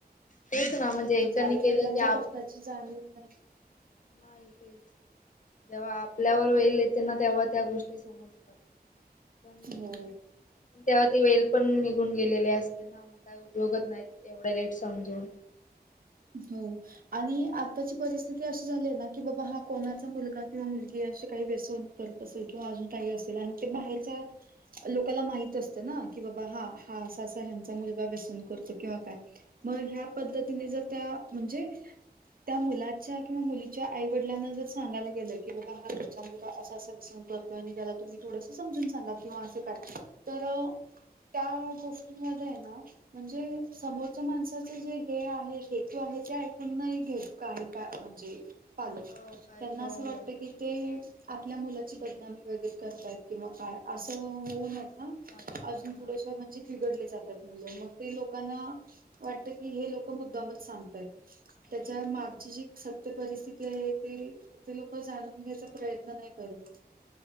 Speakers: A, on the left (about 50°); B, on the right (about 60°).
A: तेच ना
B: म्हणजे
A: एकानी
B: आईवडिलांच्या
A: केलं की आपण
B: कष्टाची
A: पण
B: जा
A: करायचं.
B: हो नाही
A: नाही तेच जेव्हा आपल्यावर वेल येते ना तेव्हा त्या गोष्टी समजतात. पण
B: हो
A: त्यात वेळी ती पण निघून गेलेले असते ना मग काय उपयोगच नाही एवढं लेट समजून
B: हो आणि आत्ताची परिस्थिती अशी झाली आहे ना की बाबा हा कोणाचा मुलगा किंवा मुलगी असशी काही व्यसनं करत असेल किंवा अजून काही असेल आणि की बाहेरचा लोकाला माहित असतं ना की बाबा हा हा असा असा ह्यांचा मुलगा व्यसनं करतो किंवा काय म ह्या पद्धतीने जर त्या म्हणजे त्या मुलाच्या किंवा मुलीच्या आईवडिलांना जर सांगायला गेलं की बाबा हा तुमचा मुलगा असा असा व्यसनं करतोय त्याला तुम्ही थोडसं समजून सांगा किंवा असं काय तर त्या गोष्टीमध्येय ना म्हणजे समोरच्या माणसाचं जे हे आहे हे तो आहे ते ऐकून नाही घेत काही म्हणजे पालक
A: हो काही
B: त्यांना
A: हो
B: असं वाटतं
A: हो
B: की ते आपल्या मुलाची बदनामी वगैरे करतायत किंवा काय असं होऊ नये हं
A: वाटत
B: अजून
A: हा
B: थोडसं म्हणजे घडले जातात मुलं ते लोकांना वाटतं की हे लोक मुद्दामच सांगतायत
A: हो
B: त्यांच्या मागची जी परिस्थिती आहे ते ते लोक जाणून घ्यायचा प्रयत्न नाही करत